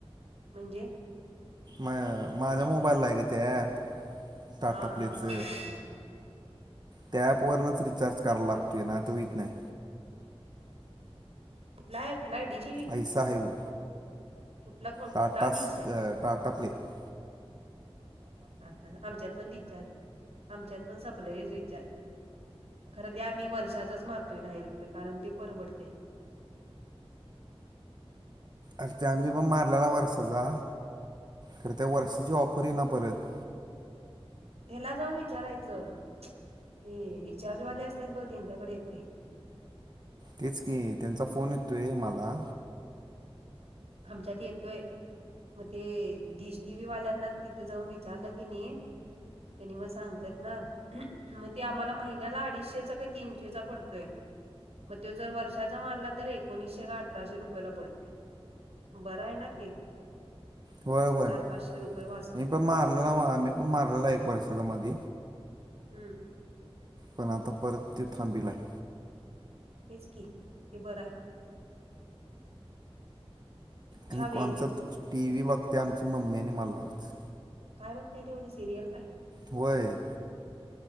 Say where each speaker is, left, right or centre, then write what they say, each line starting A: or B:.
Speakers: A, on the right; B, on the right.
A: म्हणजे
B: म माझ्या मोबाईलला आहे ग ते ॲप
A: हा
B: टाटा
A: हा
B: प्लेचं
A: हा हा हा
B: त्या प वरूनच रिचार्ज करायला
A: एवढं.
B: लागतोय ना आता होत नाही
A: आपलायलाय डश
B: ऐसा हेऊ
A: कुठला
B: टाटा
A: कुठला डिश
B: स्क
A: आहे
B: टाटा प्लेिक
A: आमच्यात पण रिचार्ज आमच्यात पण संपलं रिचार्ज खरं ते आम्ही वर्षाचाच मारतोय डायरेक्ट कारण ती परवडते
B: अरे ते आम्ही ब मारलेला वर्षाचा खरे त्या वर्षाची ऑफरही ना परत
A: ह्याला जाऊन विचारायचं ते रिचार्जवाले असतात बघ त्यांच्याकडे येथे
B: तेच की त्यांचा फोन येत तोय मला
A: आमच्यात येतोय मग ते डीश टी व्ही वाल्यांना तिथं जाऊन विचारलं की नाही त्यांनी मग सांगतात ना मग ते आम्हाला महिन्याला अडीचशेचा काही तीनशेचा पडतोय मग तो जर वर्षाचा मारला तर एकोणीसशे का अठराशे रुपयाला पडते बरं आहे ना ते
B: होय होय
A: चार पाचशे रुपये वाचतेत
B: मी पण मारलेला आम्ही पण मारलेला एक वर्षाचा मध
A: हम्म
B: पण आता परत ती थांबीला आहे
A: हेच की ते बरं आहे अच्छा
B: आणि
A: वे
B: आमचा
A: हे वो
B: टी व्ही बघते आमची मम्मी आणि मलणारारच
A: काय बघ त्या ते एवढं सिरियल काय?
B: होय